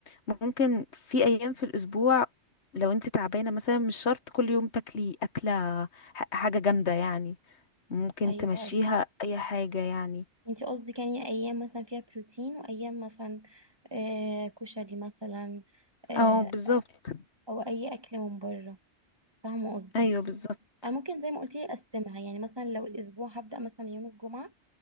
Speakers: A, on the left; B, on the right.
A: ممكن في أيام في الأسبوع لو انت تعبانة مثلا مش شرط كل يوم تاكلي أكلة ح- حاجة جامدة يعني ممكن
B: ايوه
A: تمشيها
B: ايوه
A: أي حاجة يعني
B: انتي قصدك يعني ايام مثلا فيها بروتين وايام مثلا آه، كشري مثلا آه،
A: أو بالظبط
B: او اي اكل من بره فاهمه قصدي
A: أيوه بالظبط
B: أنا ممكن زي ما قلت لي أقسمها يعني مثلا لو الأسبوع هبدأ مثلا من يوم الجمعة